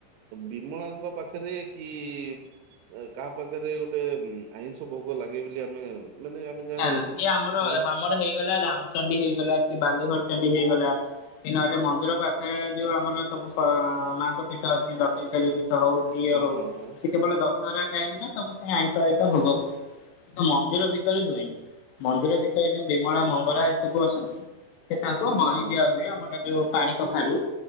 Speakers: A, on the right; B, on the left.
A: ବିମଳାଙ୍କ ପାଖରେ କି କାହା ପାଖରେ ଗୋଟେ ଆଇଁଷ ଭୋଗ ଲାଗେ ବୋଲି ଆମେ ମାନେ ଆମେ ଯାହା
B: ନା ନା ସିଏ ଆମର
A: ଶୁଣିଛୁ
B: ଆମର ହେଇଗଲା ରାମଚଣ୍ଡୀ ହେଇଗଲା କି ବାଲିଘରଚଣ୍ଡୀ ହେଇଗଲା। କି ନହେଲେ ମନ୍ଦିର ପାଖରେ ଯୋଉ ଆମର ସବୁ ସ ମାଙ୍କ ପୀଠ ଅଛି <unintelligible> ହଉ ଇଏ
A: ହଁ
B: ହଉ।
A: ହଁ ହଁ
B: କେବଳ ଦଶହରା ଟାଇମ ସବୁ ସେ ଆଇଁଷ ହିତ ଭୋଗ କିନ୍ତୁ ମନ୍ଦିର ଭି ତରେ ନୁହେଁ ମନ୍ଦିର ଭିତରେ ଯୋଉ ବିମଳା ମଙ୍ଗଳା ଏ ସବୁ ଅଛନ୍ତି। ସେ ତାଙ୍କୁ
A: ହଁ
B: ବଳି
A: ହଁ
B: ଦିଆ ହୁଏ ଆମର ଯୋଉ ପାଣି କଖାରୁ